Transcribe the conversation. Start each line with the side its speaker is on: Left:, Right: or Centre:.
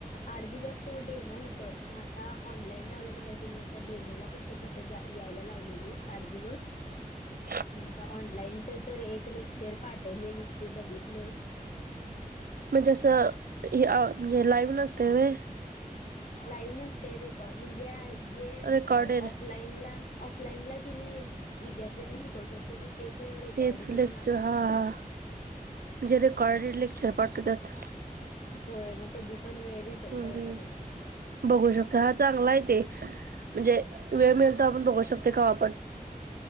Left: आठ दिवस डेमो होत मग आता ऑनलाईन लावलं म्हटला आता, डेमोला फक्त तिथं जा यायला लावलेलीच आठ दिवस.
Right: य
Left: मग आता ऑनलाईनच तर एक, एक लेक्चर पाठवलेली ते बघितलोय.
Right: म्हणजे अस म्हणजे लाईव्ह नसते व्हय.
Left: लाईव्ह नसते रेकॉर्ड म्हणजे जे
Right: रेकॉर्डेड?
Left: ऑफलाईन ला, ऑफलाईनला तिने विद्यार्थ्यांना शिकवतात कनई तेच रेकॉर्ड
Right: तेच
Left: करून
Right: लेक्चर
Left: आम्हाला
Right: हा हा
Left: पाठवते.
Right: म्हणजे रेकॉर्ड लेक्चर पाठव त्याात
Left: होय मग कधी पण वेळ भेटेल
Right: हम्म
Left: तेव्हा बघायच.
Right: बघू शकतो हा चांगला आहे ते म्हणजे वेळ मिळत आपण बघू शकतो आपण केव्हा पण